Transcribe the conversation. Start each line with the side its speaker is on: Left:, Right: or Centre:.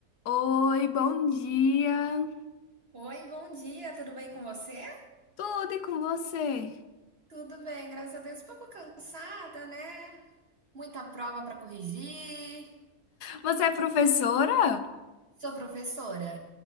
Left: Oi, bom dia.
Right: Oi, bom dia, tudo bem com você?
Left: Tudo e com você?
Right: Tudo bem, graças a Deus. Um pouco cansada, né? Muita prova para corrigir.
Left: Você é professora?
Right: Sou professora.